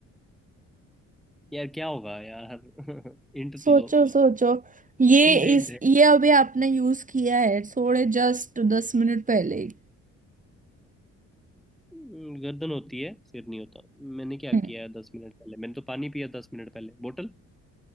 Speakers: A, in the centre; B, on the right.
A: यार क्या होगा यार <laughs> हिंट
B: सोचो
A: तो दो
B: सोचो ये
A: Hint hint.
B: इस ये अभी आपने यूज किया है थोड़े जस्ट दस मिनट पहले ही
A: हम्म, गर्दन होती है सिर नहीं होता मैंने क्या
B: हम्म।
A: किया दस मिनट पहले मैंने तो पानी पिया दस मिनट पहले बोतल